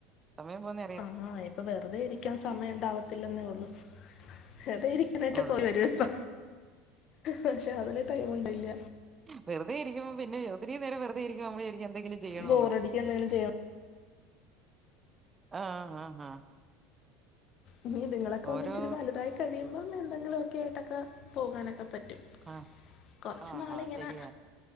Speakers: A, on the right; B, on the left.
A: സമയം പോണെ
B: ആ ഇപ്പൊ വെറുതെ ഇരിക്കാൻ സമയം ഉണ്ടാവത്തില്ലെന്നേ ഉള്ളൂ ഏതായിരി അങ്ങനായിട്ട്
A: ഫോണില്
B: പോയി വരും ഇപ്പ പക്ഷെ അതില് ടൈമ ഉണ്ടില്ല
A: വെറുതെ ഇരിക്കുമ്പോ പിന്നെ ഒത്തിരി നേരം വെറുതെയിരിക്കുമ്പ നമ്മളു വിചാരിക്കും എന്തെങ്കിലും ചെയ്യണംന്ന്
B: ബോറടിക്കുക എന്തെങ്കിലും ചെയ്യണം
A: ആഹ് ആഹ് ആഹ്
B: ഇനി ഇതുങ്ങളൊക്കെ
A: ഓരോ
B: ഒന്ന് ഇച്ചിരി വലുതായി കഴിയുമ്പം എന്തെങ്കിലു ഒക്കെ ആയിട്ടൊക്കെ പോകാനൊക്കെ പറ്റും
A: ആഹ്
B: കുറച്ച്
A: ആഹ്
B: നാളിങ്ങനെ
A: ആഹ് ശരിയാ